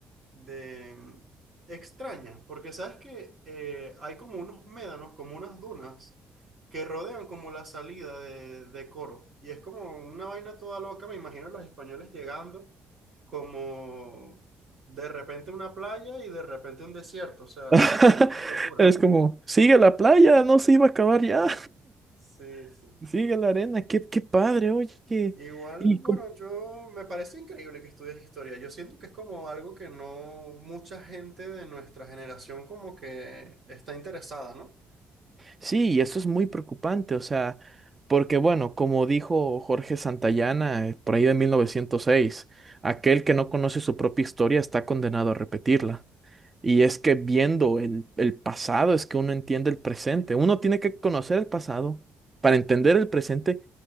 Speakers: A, on the right (about 50°); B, on the right (about 25°).
A: de mm, extraña, porque sabes que eh, hay como unos médanos, como unas dunas que rodean como la salida de, de Coro, y es como una vaina toda loca, me imagino a los españoles llegando como de repente una playa y de repente un desierto, o sea,
B: <laughs>
A: una, una locura.
B: Es como, sigue la playa, no se iba a acabar ya.
A: Sí, sí.
B: <laughs> Sigue la arena, qué, qué padre, oye. Y
A: Igual, bueno, yo me parece increíble que estudies historia. Yo siento que es como algo que no mucha gente de nuestra generación como que está interesada, ¿no?
B: Sí, y eso es muy preocupante, o sea, porque bueno, como dijo Jorge Santayana eh, por ahí de 1906, aquel que no conoce su propia historia está condenado a repetirla. Y es que viendo el, el pasado es que uno entiende el presente. Uno tiene que conocer el pasado para entender el presente